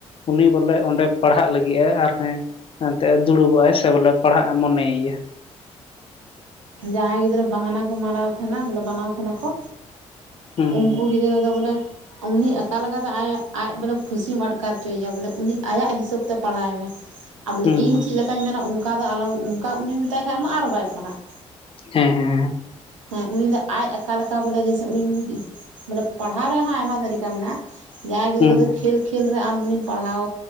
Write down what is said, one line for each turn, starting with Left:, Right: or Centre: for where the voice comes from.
Left: ᱩᱱᱤ ᱵᱚᱞᱮ ᱚᱸᱰᱮ ᱯᱟᱲᱦᱟᱜ ᱞᱟᱹᱜᱤᱫᱼᱮ ᱟᱨ ᱦᱮᱸᱼᱼ ᱮᱱᱛᱮᱜ ᱫᱩᱲᱩᱵᱚᱜᱼ ᱟᱭ ᱥᱮ ᱵᱚᱞᱮ ᱯᱟᱲᱦᱟᱜᱼᱟ ᱮ ᱢᱚᱱᱮᱭᱮᱭᱟ ᱾
Right: ᱡᱟᱦᱟᱸᱭ ᱜᱤᱫᱽᱨᱟᱹ ᱵᱟᱦᱟᱱᱟ ᱠᱚ ᱢᱟᱨᱟᱣ ᱛᱟᱸᱦᱮᱱᱟ, ᱵᱚᱞᱮ ᱵᱟᱱᱟᱣ ᱛᱟᱸᱦᱮᱱᱟ ᱠᱚᱼᱼ
Left: ᱦᱩᱸ ᱦᱩᱸ
Right: ᱩᱱᱠᱩ ᱜᱤᱫᱽᱨᱟᱹ ᱫᱚ ᱵᱚᱞᱮᱼᱼ ᱩᱱᱤ ᱟᱠᱟ ᱞᱮᱠᱟᱛᱮ ᱟᱭᱮ, ᱟᱡ ᱵᱚᱞᱮ ᱠᱷᱩᱥᱤᱢ ᱟᱴᱠᱟᱨ ᱦᱚᱪᱚᱭᱮᱭᱟ ᱵᱚᱞᱮ ᱩᱱᱤ ᱟᱭᱟᱜ ᱦᱤᱥᱟᱹᱵᱽ ᱛᱮ ᱯᱟᱲᱦᱟᱣᱮ ᱢᱮ ᱾ ᱟᱫᱚ ᱵᱚᱞᱮ
Left: ᱦᱩᱸ
Right: ᱤᱧ
Left: ᱦᱩᱸ
Right: ᱪᱮᱫ ᱞᱮᱠᱟᱧ ᱢᱮᱱᱟ ᱚᱱᱠᱟ ᱫᱚ ᱟᱞᱚ, ᱚᱱᱠᱟ ᱩᱱᱤᱢ ᱢᱮᱛᱟᱭ ᱠᱷᱟᱡ ᱢᱟ ᱟᱨᱦᱚᱸ ᱵᱟᱭ ᱯᱟᱲᱦᱟᱜ ᱾
Left: ᱦᱮᱸ ᱦᱮᱸ ᱦᱮᱸ ᱾
Right: ᱦᱮᱸ ᱩᱱᱤ ᱫᱚ ᱟᱡ ᱚᱠᱟ ᱞᱮᱠᱟ ᱵᱚᱞᱮ ᱡᱮᱭᱥᱮ ᱩᱱᱤ ᱵᱚᱞᱮ ᱯᱟᱲᱦᱟᱣ ᱨᱮᱦᱚᱸ ᱟᱭᱢᱟ ᱛᱚᱨᱤᱠᱟ ᱢᱮᱱᱟᱜᱼᱟ ᱾ ᱡᱟᱦᱟᱸᱭ ᱜᱤᱫᱽᱨᱟᱹ
Left: ᱦᱮᱸ ᱦᱩᱸ
Right: ᱫᱚ ᱠᱷᱮᱞ ᱠᱷᱮᱞ ᱨᱮ ᱟᱢ ᱩᱱᱤᱢ ᱯᱟᱲᱦᱟᱣᱼᱼ